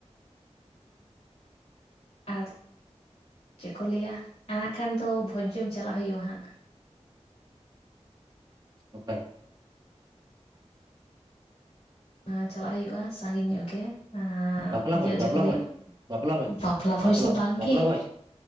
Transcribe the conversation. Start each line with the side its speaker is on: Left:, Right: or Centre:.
Left: ᱟᱨ ᱪᱮᱫ ᱠᱚ ᱞᱟᱹᱭᱟ ᱟᱜ ᱠᱷᱟᱱ ᱫᱚ ᱵᱷᱚᱡᱽ ᱡᱚᱢ ᱪᱟᱞᱟᱜ ᱦᱳᱭᱩᱜᱼᱟ ᱦᱟᱸᱜ
Right: ᱚᱠᱟ ᱨᱮ?
Left: ᱟ ᱪᱟᱞᱟᱜ ᱦᱩᱭᱩᱜᱼᱟ ᱥᱟᱸᱜᱤᱧ ᱧᱚᱜ ᱜᱮ ᱟᱻ
Right: ᱵᱟᱯᱞᱟ
Left: ᱤᱭᱟᱹ
Right: ᱵᱷᱚᱡᱽ
Left: ᱡᱮ
Right: ᱵᱟᱯᱞᱟ
Left: ᱠᱚ ᱞᱟᱹᱭᱟ
Right: ᱵᱷᱚᱡᱽ ᱵᱟᱯᱞᱟ ᱵᱷᱚᱡᱽ
Left: ᱵᱟᱯᱞᱟ ᱵᱷᱚᱡ ᱫᱚ ᱵᱟᱝᱜᱮ
Right: ᱵᱟᱯᱞᱟ ᱵᱷᱚᱡᱽ